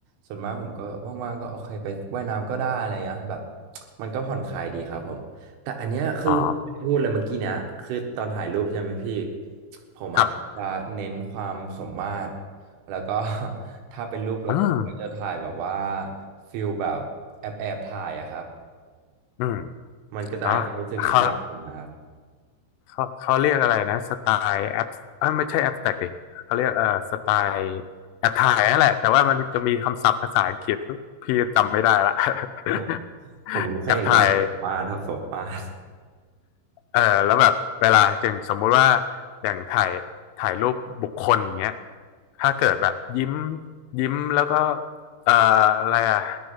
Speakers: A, on the right; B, on the left.
A: ส่วนมากผมก็แบบว่างๆก็โอเคไปว่ายน้ำก็ได้อะไรเงี้ยแบบมันก็ผ่อนคลายดีครับผมแต่อันเนี้ยคือผมพูดเลยเมื่อกี้เนี้ยคือตอนถ่ายรูปใช่ไหมพี่
B: อ๋อ
A: ผมอ่ะจะเน้นความสมมาตร
B: ครับ
A: แล้วก็ <laughs> ถ้าเป็นรูปรถผมก็จะถ่ายแบบว่า
B: อืม
A: ฟิลแบบแอบแอบถ่ายอะครับ
B: อืม
A: มันก็จะให้ความรู้สึกอีกแบบหนึ่งนะครับ
B: อ๋อเขา เขาเขาเรียกอะไรนะสไตล์แอปเอยไม่ใช่แอปแตกดิเขาเรียกเอ่อสไตล์แอปถ่ายนั่นแหละแต่ว่ามันจะมีคำศัพท์ภาษาอังกฤษพี่จำไม่ได้ละ <laughs>
A: ผมผมรู้แค่อย่างเดียวว่าสมมาตรครับสมมาตร
B: แอปถ่าย เออแล้วแบบเวลาอย่างสมมุติว่าอย่างถ่ายถ่ายรูปบุคคลอย่างเงี้ยถ้าเกิดแบบยิ้มยิ้มแล้วก็เอ่ออะไรอ่ะ